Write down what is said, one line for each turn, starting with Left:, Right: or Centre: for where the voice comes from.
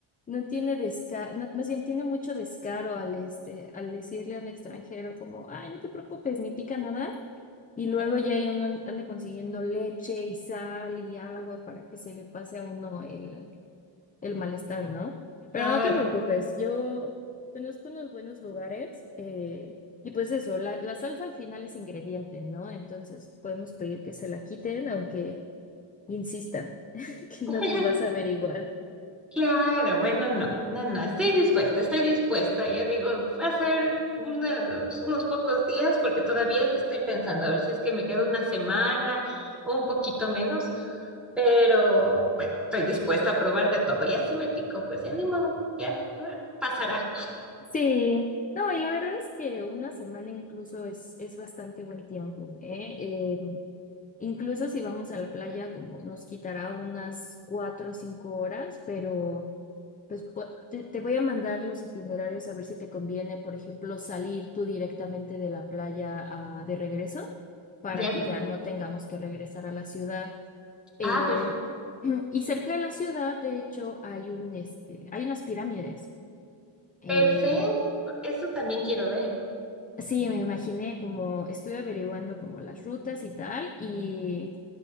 Left: no tiene descaro, más bien tiene mucho descaro al este, al decirle a un extranjero como, ay, no te preocupes, ni pica nada. Y luego
Centre: ya.
Left: ya hay uno anda consiguiendo leche y sal y agua para que se le pase a uno el, el malestar, ¿no?
Centre: Claro.
Left: Pero no te preocupes, yo conozco unos buenos lugares eh, y pues eso, la, la salsa al final es ingrediente, ¿no? Entonces podemos pedir que se la quiten, aunque insistan <laughs> que
Centre: <laughs>
Left: no nos vas a ver igual.
Centre: Claro, bueno, no, no, no, estoy dispuesta, estoy dispuesta. Ya digo, va a ser unos, unos pocos días porque todavía estoy pensando a ver si es que me quedo una semana o un poquito menos, pero bueno, estoy dispuesta a probar de todo. Ya si me pico, pues ya ni modo, ya ah, pasará.
Left: Sí, no, y la verdad es que una semana incluso es, es bastante buen tiempo, ¿eh? Eh, incluso si vamos a la playa, como nos quitará unas cuatro o cinco horas, pero pues po- te, te voy a mandar los itinerarios a ver si te conviene, por ejemplo, salir tú directamente de la playa a- de regreso para
Centre: ¿Ya?
Left: que ya no tengamos que regresar a la ciudad. Eh,
Centre: Ah, perfecto.
Left: <clears throat> y cerca de la ciudad, de hecho, hay un, este, hay unas pirámides. Eh,
Centre: Perfecto, eso también quiero ver.
Left: Sí, me imaginé como estuve averiguando como las rutas y tal, y,